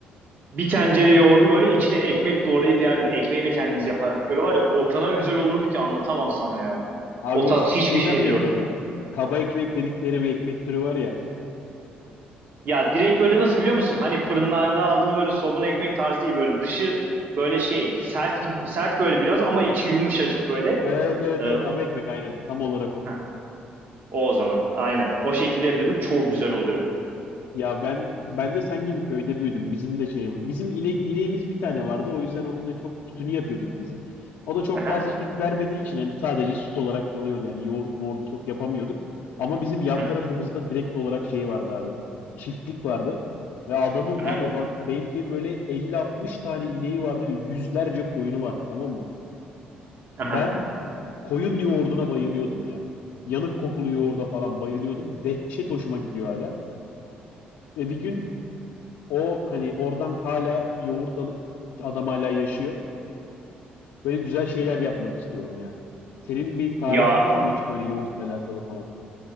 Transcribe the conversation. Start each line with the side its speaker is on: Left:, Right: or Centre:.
Right: bir tencere yoğurdu böyle içine ekmek doğrayıp yerdim. Ekmeği de kendimiz yapardık. Böyle var ya o kadar güzel olurdu ki anlatamam sana ya.
Left: Abi
Right: O tat
Left: o siz
Right: hiçbir
Left: şeyden
Right: şeyde
Left: mi
Right: yok.
Left: yapıyordunuz? Kaba ekmek dedikleri bir ekmek türü var ya.
Right: Ya direkt böyle nasıl biliyor musun? Hani fırınlarda aldığın böyle somun ekmek tarzı değil böyle dışı böyle şey sert gibi- sert böyle biraz ama içi yumuşacık böyle.
Left: Evet evet
Right: Ee, o,
Left: evet kaba ekmek aynen. Tam olarak o.
Right: heh, o o zaman aynen o şekilde yapıyorduk çok güzel oluyordu.
Left: Ya ben ben de sen gibi köyde büyüdüm. Bizim de şey bizim inek ineğimiz bir tane vardı. O yüzden onunla çok sütünü yapıyorduk biz. O da çok
Right: Aha,
Left: fazla süt vermediği için hani sadece süt olarak kalıyordu. Yani yoğurt moğurt çok yapamıyorduk. Ama bizim yan
Right: aha,
Left: tarafımızda direkt olarak şey vardı abi. Çiftlik vardı. Ve adamın
Right: aha,
Left: var ya bak belki böyle elli altmış tane ineği vardı ve yüzlerce koyunu vardı tamam mı?
Right: aha.
Left: Ben koyun yoğurduna bayılıyordum ya. Yanık kokulu yoğurda falan bayılıyordum. Dehşet hoşuma gidiyor hala. E bir gün o hani oradan hala yoğurt alıp adam hala yaşıyor. Böyle güzel şeyler yapmak istiyorum ya. Senin bir tarifin
Right: Ya
Left: var mı hiç böyle yoğurtla alakalı falan?